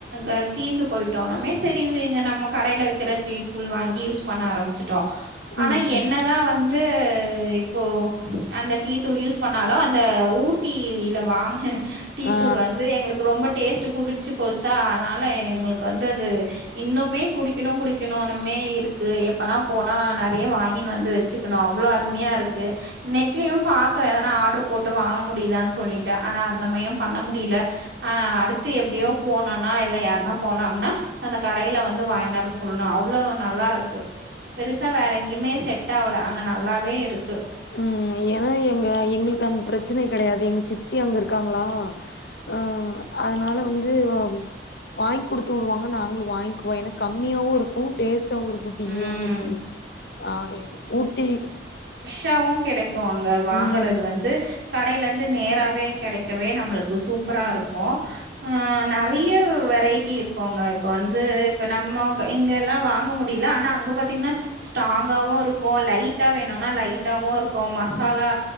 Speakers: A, on the right; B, on the left.
A: ஆ தீர்ந்து போயிட்டுனமே சரி இங்க நம்ம கடையில் விக்கிற டீதூள் வாங்கி யூஸ் பண்ண ஆரம்பிச்சு ஆனா
B: ம்
A: என்ன
B: ம்
A: தா வந்து இப்போ அந்த டீ தூள் யூஸ் பண்ணாலு அந்த ஊட் ஊட்டில வாங்கின டீ
B: ஆ
A: தூள் வந்து எங்களுக்கு ரொம்ப டேஸ்ட் புடிச்சு போச் ச்சா அதனால
B: ம்
A: எங்களுக்கு வந்து அது இன்னுமே குடிக்கணு குடிக்கணும்னுமே இருக்கு எப்பனா போனா நறைய வாங்கனு வந்து வச்சுக்கணு அவ்வளோ அருமையா இருக்கு நெட்லயும் பாத்தோம் ஏதனா ஆர்டர் போட்டு வாங்க முடியுதான்னு சொல்லிட்டு ஆனா அந்த மைம் பண்ண முடியல அடுத்து எப்படியோ போனோனா இல்ல யாருன்னா போனாங்கன்னா அந்த கடையில வந்து வாயனார சொல்லணு அவ்வளவு நல்லா இருக்கு பெருசா வேற எங்கேயுமே செட் ஆவுல அங்க நல்லாவே இருக்கு
B: ம் ஏன்னா எங்க எங்களுக்கு அந்த பிரச்சனை கிடையாது எங்க சித்தி அங்கே இருக்காங்களா ஆ அதனால வந்து வாங்கி குடுத்து உடுவாங்க நாங்களும் வாங்கிக்குவம் ஏன்னா கம்மியாவும் இருக்கும் டேஸ்ட் ஒரு குட்டி
A: ம்.
B: ஈயமு சரி ஆ ஊட்டி
A: யாவு கெடைக்கு அங்க வாங்கறது
B: ம்
A: வந்து கடையில இருந்து நேராவே கெடைக்கவே நம்மளுக்கு சூப்பரா இருக்கு அ நறைய வெ ரைட்டி இருக்குங்க இப்ப வந்து இப்ப நம்ம இங்க எல்லா வாங்க முடி ல ஆனா அங்க பாத்திங்னா ஸ்ட்ராங்கவு இருக்கு லைட்டா வேணுனா லைட்டாவு இருக்கு மசாலா